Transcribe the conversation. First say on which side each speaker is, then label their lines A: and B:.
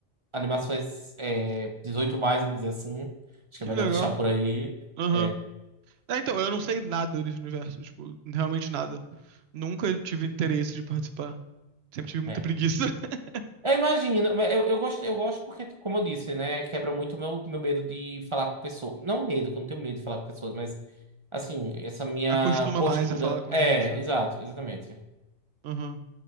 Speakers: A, on the right; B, on the right.
A: animações é, 18 mais, vamos dizer assim. Acho que
B: Que
A: é melhor
B: legal.
A: deixar por aí.
B: Aham.
A: É,
B: É, então, eu não sei nada desse universo, tipo, realmente nada. Nunca tive interesse de participar. Sempre tive muita
A: é.
B: preguiça. <laughs>
A: Eu imagino, mas eu, eu gosto, eu gosto porque, como eu disse, né, quebra muito o meu, meu medo de falar com pessoas. Não medo, que eu não tenho medo de falar com pessoas, mas, assim, essa minha
B: Acostuma
A: postura.
B: mais a falar com
A: É,
B: gente, né?
A: exato, exatamente.
B: Aham.